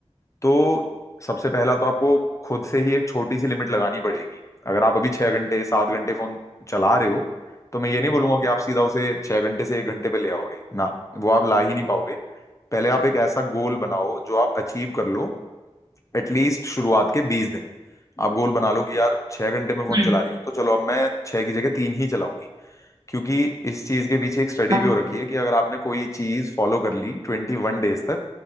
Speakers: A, on the left; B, on the right.
A: तो सबसे पहला तो आपको खुद से ही एक छोटी सी लिमिट लगानी पड़ेगी अगर आप अभी छह घंटे सात घंटे फोन चला रहे हो तो मैं ये नहीं बोलूंगा कि आप सीधा उसे छह घंटे से एक घंटे पे ले आओगे ना वो आप ला ही नहीं पाओगे पहले आप एक ऐसा गोल बनाओ जो आप अचीव कर लो एटलीस्ट शुरुआत के बीस दिन आप गोल बना लो कि यार छह घंटे में फोन
B: हम्म,
A: चला रही हूँ तो चलो अब मैं छह की जगह तीन ही चलाऊंगी क्योंकि इस चीज के पीछे एक
B: हम्म,
A: स्टडी
B: हाँ
A: भी हो रखी है कि अगर आपने कोई चीज फॉलो कर ली ट्वेंटी वन डेज तक